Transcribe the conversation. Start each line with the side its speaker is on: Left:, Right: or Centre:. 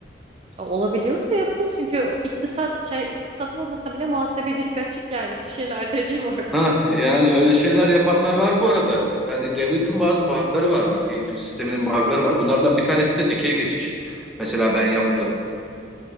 Right: Olabiliyorsa yapayım çünkü o iktisat şey iktisat olmasa bile muhasebecilik açık yani bir şeyler <laughs> dediğim orada.
Centre: Ha yani öyle şeyler yapanlar var bu arada. Yani devletin bazı bug'ları var bak. Eğitim sisteminin bug'ları var. Bunlardan bir tanesi de dikey geçiş. Mesela ben yaptım.